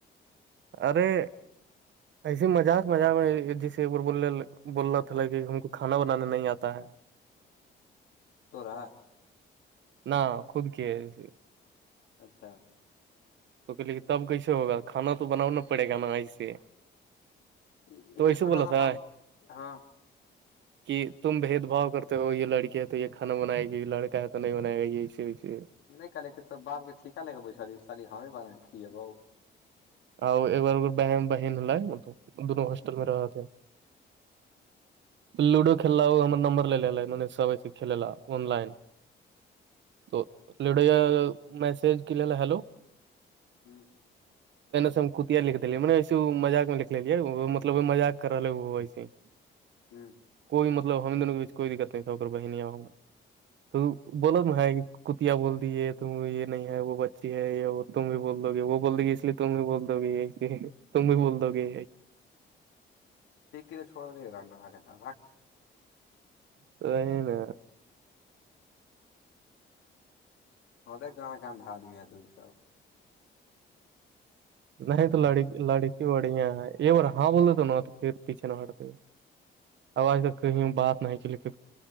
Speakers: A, on the right (about 65°); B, on the left (about 80°).
A: ارے ایسے مذاق مذاق میں جیسے ایک بار بول بول رہا تھا کہ ہم کو کھانا بنانے نہیں آتا ہے
B: تو رہا
A: نہ خود کے اسے
B: اچھا
A: تو کہ لے کہ تب کیسے ہوگا کھا تو بناؤا پڑے گا نا ایسے
B: اتنا
A: تو ایسے
B: چھوٹا
A: بولا
B: سا
A: تھا
B: بات ہاں
A: کہ تم بھید بھؤ کرتے ہو یہ لڑکی ہے تو یہ کانا بنائے گی یہ لڑکا ہے تو نہیں بائے گا یہ ایسے ویسے
B: نہیں کہلے کہ تو باپ کا ٹیکا لگا بچا سالی ہمیں بار کھیے باو
A: اور ایک بارگر بہن بہن ہو مطلب دونوں ہسٹل میں رہ لوڈو کھیلا وہ ہم نمبر لے ہے م سب ایے کھیلاا آن لائن تو لڈو یا میسج کے لیے ہیلو
B: ہوں
A: سے ہم کتیا لکھ دے منے ایسے مذاق میں لکھ لے مطلب مذق کرالے وسے <inaudible>
B: ہوں
A: کوئی مطلب ہم دنوں کے بیچ کوئی دقت نہیں تھا ہو بہن آؤ گا تو بولو تو ہے کتیا بول دی ت یہ نہیں ہے وہ بچی ہے یہ وہ تم بھی بول دوو گے وہ بول د گی اس لیے تم بھی بول دو گیے تم بھی بول دو گے
B: ایک کے لے چوڑا دے رنڈا با کے ساتھ
A: تو نہیں نا
B: ہو تو کہاں کہاں بعد میں تو سب
A: نہیں تو لڑک لڑکی بڑی ہے یہ بار ہاں بولے تو ن تو پھر پیچے نہ ہٹتے آواز تو کہیں بات نہیں کلک